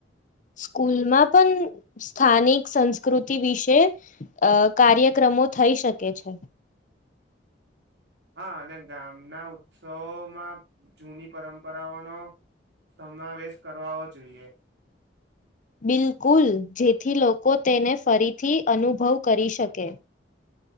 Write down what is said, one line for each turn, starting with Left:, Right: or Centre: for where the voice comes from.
Left: સ્કૂલમાં પણ સ્થાનિક સંસ્કૃતિ વિશે અ કાર્યક્રમો થઈ શકે છે
Right: હા અને ગામના ઉત્સવમાં જૂની પરંપરાઓનોો સમાવેશ કરવાવો જોઈએ
Left: બિલકુલ જેથી લોકો તેને ફરીથી અનુભવ કરી શકે